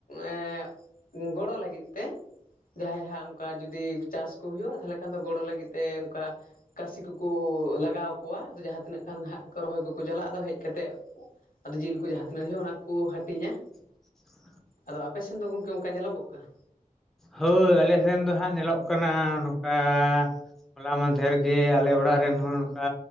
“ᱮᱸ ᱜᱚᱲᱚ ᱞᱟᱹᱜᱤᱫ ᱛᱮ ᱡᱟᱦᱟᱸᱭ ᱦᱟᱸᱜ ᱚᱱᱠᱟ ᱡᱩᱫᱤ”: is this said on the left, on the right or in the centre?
Left